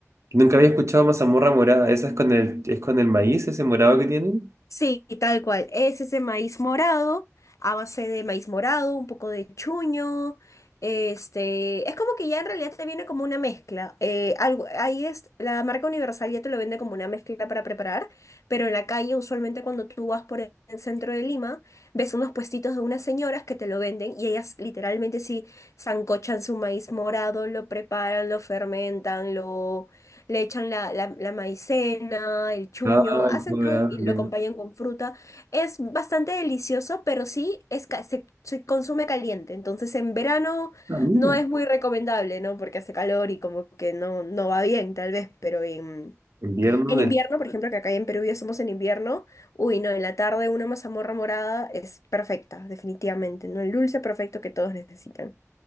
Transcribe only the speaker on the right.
Nunca había escuchado mazamorra morada. ¿Esa es con el, es con el maíz, ese morado que tienen?
Ah,
qué adorable.
Ah, mira.
Invierno
del...